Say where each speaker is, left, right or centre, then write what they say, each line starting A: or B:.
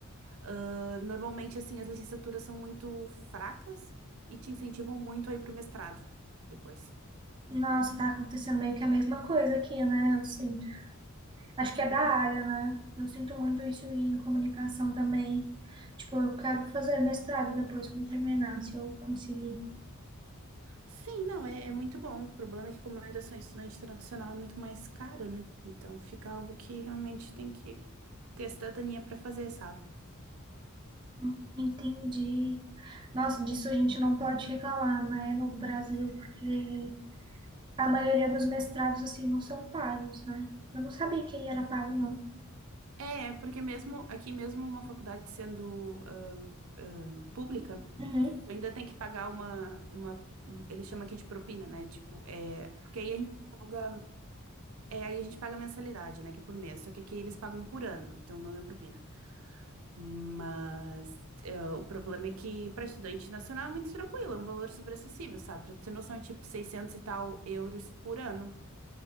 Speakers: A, on the right (about 75°); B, on the right (about 20°).
A: ah, normalmente assim as licenciaturas são muito fracas e te incentivam muito a ir pro mestrado depois.
B: Nossa, tá acontecendo meio que a mesma coisa aqui, né? Eu sinto. Acho que é da área, né? Eu sinto muito isso em comunicação também. Tipo, eu quero fazer mestrado depois quando terminar, se eu conseguir.
A: Sim, não, é, é muito bom. O problema é que, como eu ainda sou estudante internacional, é muito mais caro, né? Então fica algo que realmente tem que ter a cidadania para fazer, sabe?
B: Hum, Entendi. Nossa, disso a gente não pode reclamar, né? No Brasil, porque a maioria dos mestrados, assim, não são pagos, né? Eu não sabia que era pago, não.
A: É, é porque mesmo aqui, mesmo uma faculdade sendo ahn, ahn, pública,
B: Uhum.
A: tu ainda tem que pagar uma, uma. um- Eles chamam aqui de propina, né? Tipo, é. Porque aí a gente paga. É, aí a gente paga mensalidade, né? Que é por mês. Só que aqui eles pagam por ano, então o nome é propina. Mas é, o problema é que para estudante nacional é muito tranquilo, é um valor super acessível, sabe? Pra tu ter noção, é tipo 600 e tal euros por ano.